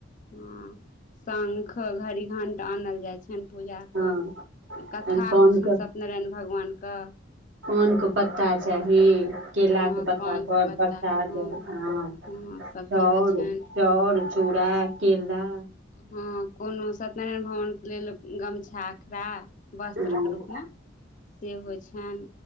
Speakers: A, on the left; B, on the right.
A: ह शंख घरी घंट आनल जाय छनि पूजा
B: हँ
A: क कथा
B: पान
A: होइ छनि
B: के
A: सत्यनारायण भगवान क
B: पान क पत्ता चाही केला
A: हँ
B: के पत्ता
A: पानके
B: पर
A: पत्ता
B: प्रसाद
A: हँ
B: हँ
A: हँ सभचीज
B: चाउर
A: होइ छनि
B: चाउर चूड़ा केला
A: हँ कोनो सत्यनारायण भगवान के लेल गमछा अखरा वस्त्र
B: हूँ
A: के रूपमे से होइ छैन